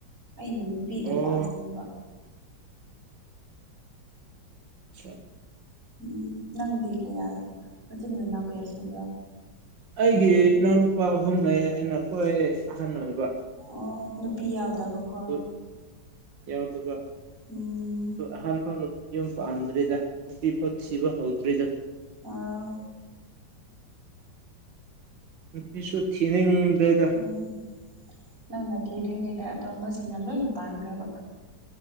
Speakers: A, on the right; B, on the right.
A: ꯑꯩꯅ ꯅꯨꯄꯤꯗ
B: ꯑꯣ
A: ꯂꯥꯁꯅꯦꯕ
B: ꯑꯆꯥ
A: ꯎꯝ ꯅꯪꯗꯤ ꯀꯌꯥ ꯃꯆꯤꯟ ꯃꯅꯥꯎ ꯀꯌꯥ ꯁꯨꯕ꯭ꯔꯣ
B: ꯑꯩꯒꯤ ꯏꯅꯥꯎꯅꯨꯄꯥ ꯑꯍꯨꯝ ꯂꯩ ꯑ ꯅꯈꯣꯏ ꯑꯍꯟ ꯑꯣꯏꯕ
A: ꯑꯣ ꯅꯨꯄꯤ ꯌꯥꯗ ꯇꯕ ꯀꯣ
B: ꯑꯗꯨ ꯌꯥꯎꯗꯕ
A: ꯎꯝ
B: ꯑꯗꯨ ꯑꯍꯥꯟꯕ ꯌꯨꯝ ꯄꯥꯟꯗ꯭ꯔꯤꯗ ꯅꯨꯄꯤ ꯐꯥꯎ ꯊꯕ ꯍꯧꯗ꯭ꯔꯤꯗ
A: ꯑꯥ
B: ꯅꯨꯄꯤꯁꯨ ꯊꯤꯅꯤꯡꯗ꯭ꯔꯦꯗ
A: ꯎꯝ ꯅꯪ ꯉꯠꯇꯔꯉꯦ ꯑ ꯑꯇꯣꯝꯕꯁꯤꯡꯅ ꯂꯣꯏ ꯄꯥꯟꯈ꯭ꯔꯕ